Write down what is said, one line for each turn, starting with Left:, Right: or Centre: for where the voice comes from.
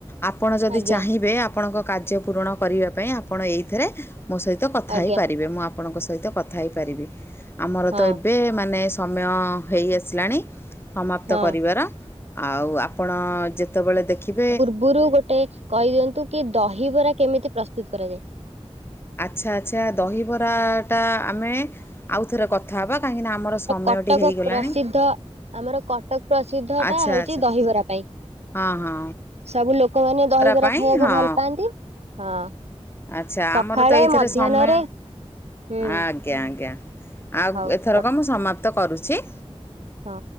Left: ଆପଣ ଯଦି
Right: ଆଜ୍ଞା
Left: ଚାହିଁବେ ଆପଣଙ୍କ କାର୍ଯ୍ୟ ପୂରଣ କରିବା ପାଇଁ ଆପଣ ଏଇଥିରେ ମୋ ସହିତ କଥା
Right: ଆଜ୍ଞା।
Left: ହେଇପାରିବେ ମୁଁ ଆପଣଙ୍କ ସହିତ କଥା ହେଇପାରିବି ଆମର
Right: ହଁ
Left: ତ ଏବେ ମାନେ ସମୟ ହେଇ ଆସିଲାଣି। ସମାପ୍ତ
Right: ହଁ
Left: କରିବାର ଆଉ ଆପଣ ଯେତେବେଳେ ଦେଖିବେ
Right: ପୁରୁ ଗୋଟେ କହିଦିଅନ୍ତୁ କି ଦହିବରା କେମିତି ପ୍ରସ୍ତୁତ କରାଯାଏ।
Left: ଆଚ୍ଛା ଆଚ୍ଛା ଦହିବରାଟା ଆମେ ଆଉଥରେ କଥା ହେବା କାହିଁକିନା ଆମର ସମୟଟି
Right: କଟକ
Left: ହେଇଗଲାଣି।
Right: ପ୍ରସିଦ୍ଧ ଆମର କଟକ ପ୍ରସିଦ୍ଧ
Left: ଆଚ୍ଛା
Right: ଟା ହଉଛି
Left: ଆଚ୍ଛା
Right: ଦହିବରା ପାଇଁ।
Left: ହଁ ହଁ
Right: ସବୁ ଲୋକମାନୋନ ଦହିବରା
Left: ପାଇଁ
Right: ଖାଇବାକୁ
Left: ହଁ
Right: ଭଲ ପାଆନ୍ତି ହଁ।
Left: ଆଚ୍ଛା
Right: ସକାଳେ
Left: ଆମର ତ ଏଇଥିରେ
Right: ମଧ୍ୟାହ୍ନରେ
Left: ସମୟ
Right: ହୁଁ
Left: ଆଗ୍ ଜ୍ଞା ଆଜ୍ଞା ଆଉ
Right: ହଉ
Left: ଏଥରକ
Right: ରଖ
Left: ମୁଁ ସମାପ୍ତ କରୁଚି।
Right: ହଁ।